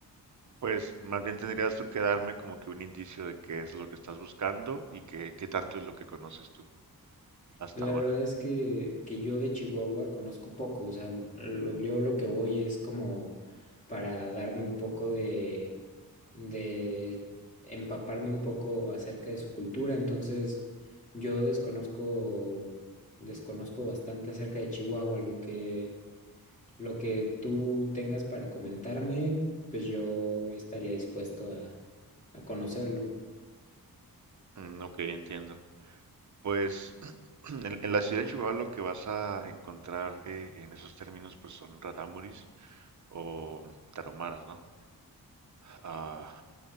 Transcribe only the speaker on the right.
Pues más bien tendrías tú que darme como que un indicio de qué es lo que estás buscando y qué, qué tanto es lo que conoces tú hasta
ahora.
Mm, ok, entiendo. Pues <clears throat> en, en la ciudad de Chihuahua lo que vas a encontrar eh, en esos términos pues son rarámuris o tarahumaras, ¿no? ah,